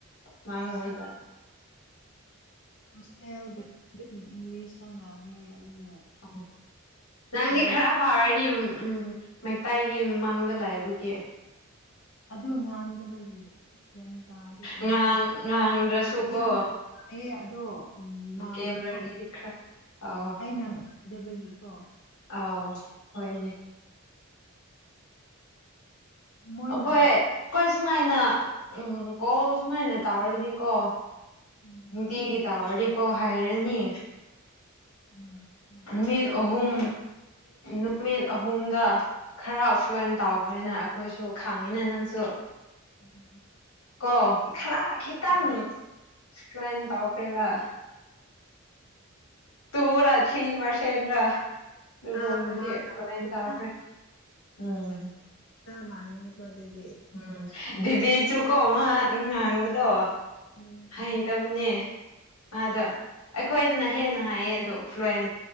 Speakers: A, on the left; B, on the left.
A: ꯃꯥꯉꯣꯟꯗ
B: ꯎꯝ ꯍꯣꯁꯇꯦꯜꯗ ꯃꯤꯁꯅ ꯉꯥꯡꯉꯦ ꯑꯗꯨꯒ
A: ꯑꯣ ꯅꯪꯗꯤ
B: ꯀꯣꯂꯦꯖ
A: ꯈꯔ ꯐꯔꯅꯤ ꯎꯝ ꯃꯩꯇꯩꯥꯏꯒꯤ ꯃꯥꯡꯗ ꯂꯩꯕꯒꯤ
B: ꯑꯗꯨ ꯉꯥꯡꯗꯕꯒꯤ ꯒꯌ꯭ꯥꯟ ꯇꯥꯗꯦ ꯑꯩ
A: ꯉꯥꯡ ꯉꯥꯡꯗ꯭ꯔꯁꯨꯀꯣ
B: ꯒꯌ꯭ꯥꯟ ꯇꯥꯗꯦ ꯎꯝ ꯉꯥꯡꯕꯗꯣ
A: ꯕꯣꯀꯦꯕꯨꯂꯔꯤꯗꯤ ꯈꯔ ꯑꯥꯎ
B: ꯑꯩꯅ ꯉꯥꯡꯗꯕꯒꯤꯀꯣ
A: ꯑꯥꯎ ꯍꯣꯏꯅꯦ
B: ꯃꯣꯏꯅ
A: ꯑꯈꯣꯏ ꯑꯈꯣꯏ ꯁꯨꯃꯥꯏꯅ ꯎꯝ ꯀꯣꯜ ꯁꯨꯃꯥꯏꯅ ꯇꯧꯔꯗꯤꯀꯣ
B: ꯎꯝ
A: ꯅꯨꯡꯇꯤꯒꯤ ꯇꯧꯔꯗꯤꯀꯣ ꯍꯩꯔꯅꯤ
B: ꯎꯝ ꯎꯝ
A: ꯅꯨꯃꯤꯠ ꯑꯍꯨꯝ ꯅꯨꯃꯤꯠ ꯑꯍꯣꯨꯝꯗ ꯈꯔ ꯐ꯭ꯂꯨꯋꯟ ꯇꯥꯎꯈ꯭ꯔꯦꯅ ꯑꯈꯣꯏꯁꯨ ꯈꯪꯉꯤꯅ ꯅꯪꯁꯨ
B: <inaudible>
A: ꯀꯣ ꯈꯔ ꯈꯤꯇꯪ
B: ꯑꯣ
A: ꯐ꯭ꯂꯣꯏꯟ ꯇꯧꯈ꯭ꯔꯦꯕ ꯇꯨꯔ ꯊ꯭ꯔꯤ ꯄꯔꯁꯦꯟ꯭ꯔ ꯑꯗꯨꯒꯕꯗꯤ
B: ꯊꯥ ꯑꯃ ꯇꯥꯔꯗꯤ
A: ꯐ꯭ꯂꯣꯟ ꯇꯎꯈ꯭ꯔꯦ
B: ꯑ
A: ꯎꯝ
B: ꯇ ꯃꯒꯤꯅꯤꯀꯣ ꯑꯗꯨꯗꯤ
A: ꯎꯝ ꯗꯤꯕꯤꯁꯨꯀꯣ ꯃꯥ ꯉꯥꯡꯕꯗꯣ
B: ꯎꯝ
A: ꯍꯩꯇꯕꯅꯦ ꯑꯗ ꯑꯈꯣꯏꯗꯅ ꯍꯦꯟꯅ ꯍꯥꯏꯌꯦ ꯑꯗꯣ ꯐ꯭ꯂꯨꯋꯟ